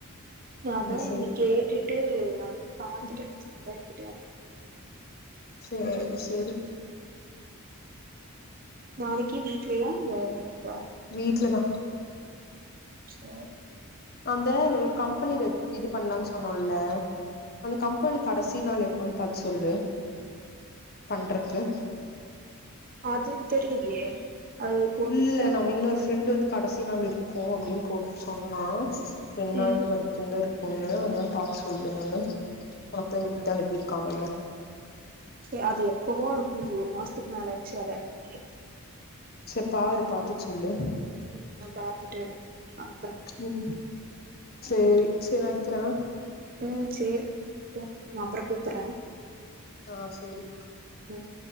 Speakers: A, on the right; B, on the left.
A: நாதா
B: சேரி
A: என்னக் கேட்டுட் ட்டு வருவ பாத்துட்டே
B: சேரி
A: நா சூப்பர் கிட்ட வா
B: சேரி சேரி
A: நாளைக்கே வீட்லயு ஒ ஒடம்ப்பா
B: வீட்ல தா
A: சேர்
B: அந்த ஒரு கம்பெனி ரெஜ் இது பண்லான் சொன்னோல்ல அந்த கம்பெனி கடசி நாள் எப்பன் பாத்து சொல்லு பண்றக்கு
A: அது தெரியலயே அது போட்ருக்குமா
B: இல்ல நம்ம
A: அதுல
B: இன்னொரு ஃப்ரெண்ட் டு வந்து கடசி நாள் இருக்கு அப்படின் போட் சொன்னா பெண்ணால்
A: ம்
B: கொறச்சுந்தாருக் கொண்ணே வந்தாலு பாத்து சொல்லுங்கன்னு ஒனக்கு தா இத அனுப்பிருக்காங்கள்ல
A: சே அது எப்பவோ கிழிஞ்சு ஒரு மாஸ்த்துக்கு மேல சேர் அத அனுப்புங்ளே
B: செரி பாரு பாத்துட் சொல்லு
A: ம் நா பாத்துட்டு அனுப்புறே
B: உம் சேரி சினாக்த்ரா
A: உம் சேரி அப்ற அப்ற இருக்கறே
B: ஆஹ் சேரி
A: விலங்